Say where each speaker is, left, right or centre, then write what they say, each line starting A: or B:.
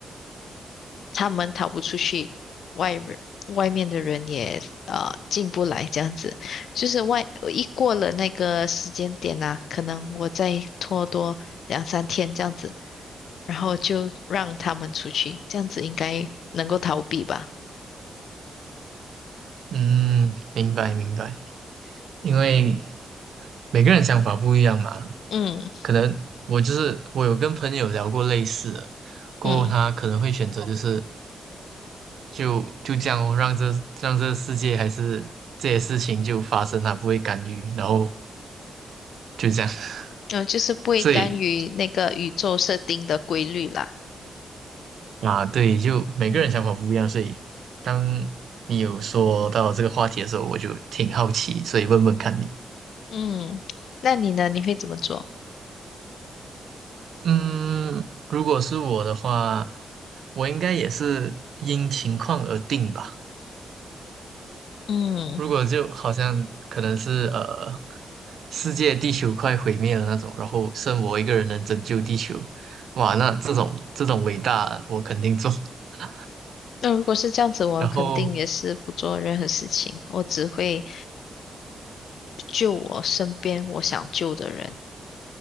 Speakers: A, on the left (about 75°); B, on the right (about 70°).
A: 他们逃不出去，外人外面的人也呃进不来，这样子，就是外一过了那个时间点啊，可能我再拖多两三天这样子，然后就让他们出去，这样子应该能够逃避吧？
B: 嗯，明白明白，因为每个人想法不一样嘛，
A: 嗯
B: 可能我就是我有跟朋友聊过类似的，过后他可能会选择就是
A: 嗯，
B: 就就这样哦让这让这世界还是这些事情就发生，他不会干预，然后就这样，
A: 然后就是不会干预那个宇宙设定的规律啦。
B: <laughs> 所以啊对，就每个人想法不一样，
A: 嗯
B: 所以当你有说到这个话题的时候，我就挺好奇，所以问问看你。
A: 嗯，那你呢？你会怎么做？
B: 嗯，如果是我的话，我应该也是因情况而定吧。
A: 嗯，
B: 如果就好像可能是呃，世界地球快毁灭了那种，然后剩我一个人能拯救地球，哇，那这种这种伟大我肯定做。<laughs>
A: 那如果是这样子，我肯定也是不做任何事情，
B: 然后
A: 我只会。救我身边我想救的人，